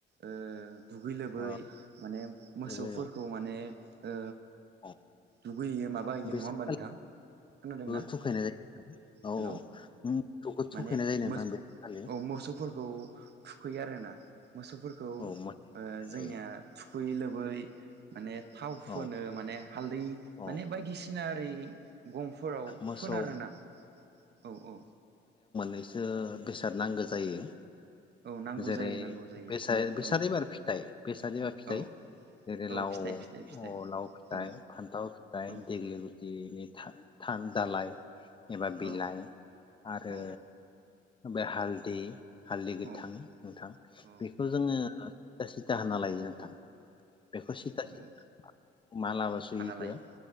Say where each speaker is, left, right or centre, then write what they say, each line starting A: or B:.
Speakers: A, on the right; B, on the left.
A: ओ दुगै लोबै
B: ओ
A: माने मोसौफोरखौ
B: बैयाव
A: माने, ओ
B: औ
A: दुगैहैयो माबाहैयो
B: बै
A: नङा
B: सान
A: होमबा नोंथां खोनादोंना
B: खालि थुखायनाय जायो
A: हेलौ
B: औ औ मोसौखौ
A: माने
B: थुखायनाय जायो नोंथां
A: मोस
B: बे सानखालि
A: औ मोसौफोरखौ थुखैयो आरोना, मोसौफोरखौ ओ
B: औ जायो
A: जोंनिया थु खैयै लोबै माने थाव
B: औ
A: फोनो माने हालदै
B: औ
A: माने बायदिसिना ओइ गंफोराव
B: मोसौ
A: फोनोआरोना औ औ
B: सो बेसाद नांगौ जायो
A: औ नांगौ
B: जेरै
A: जायो नांगौ जायो
B: बेस-बेसादेबारि
A: औ
B: फिथाइ बेसादेबार फिथाइ
A: औ
B: जेरै
A: औ
B: लाव
A: फिथाइ फिथाइ फिथाइ
B: लाव फिथाइ
A: औ
B: फान्थाव फिथाइ
A: औ
B: देग्लि लिटिनि था थान दालाय एबा बिलाइ
A: औ
B: आरो
A: औ
B: बे हालदै हालदै गोथां
A: औ
B: नथां
A: औ
B: बेखौ जोङो था सिथा होना लायो जों नोंथां बेखौ सिथा सिथा
A: औ
B: मालाबो सुयैखौ
A: हाना लायो